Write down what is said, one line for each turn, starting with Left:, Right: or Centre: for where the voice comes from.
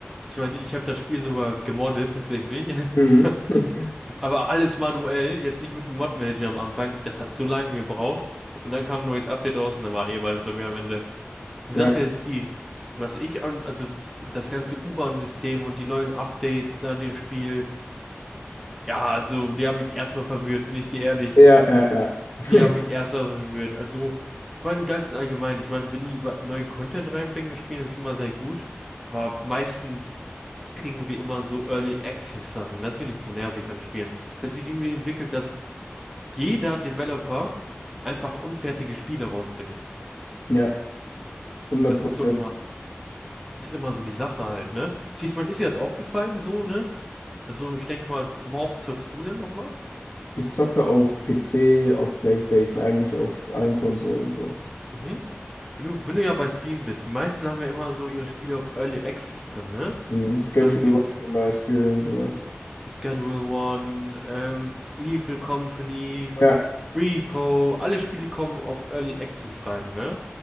Centre: Ich meine, ich habe das Spiel sogar gemoddet tatsächlich.
Left: Mhm. <laughs>
Centre: <laughs> Aber alles manuell, jetzt nicht mit einem Mod-Manager am Anfang. Das hat so lange gebraucht. Und dann kam ein neues Update raus und dann war eh alles bei mir am Ende. Die
Left: Ja,
Centre: Sache ist die, was ich an, also das ganze U-Bahn-System und die neuen Updates an dem Spiel, ja, also die haben mich erstmal verwirrt, bin ich dir ehrlich.
Left: ja, ja, ja. <laughs>
Centre: Die haben mich erstmal verwirrt. Also, ich meine, im Ganzen allgemein, ich meine, wenn die wa- neuen Content reinbringen in Spielen, ist immer sehr gut, aber meistens kriegen wir immer so Early Access Sachen. Das finde ich so nervig an Spielen. Es hat sich irgendwie entwickelt, dass jeder Developer einfach unfertige Spiele rausbringt.
Left: Ja, hundert
Centre: Das
Left: Prozent.
Centre: ist so immer. Das ist immer so die Sache halt, ne? Also Ich meine, ist dir das aufgefallen so, ne? Also ich denke mal, worauf zockst du denn nochmal?
Left: Ich zocke auf PC, auf PlayStation, eigentlich auf allen Konsolen so.
Centre: Mhm. Wenn du, wenn du ja bei Steam bist, die meisten haben ja immer so ihre Spiele auf Early Access drin, ne?
Left: Mhm. Schedule
Centre: Du hast die
Left: One zum Beispiel und sowas.
Centre: Schedule One, ähm, Lethal Company,
Left: Ja,
Centre: Repo, alle Spiele kommen auf Early Access rein, ne?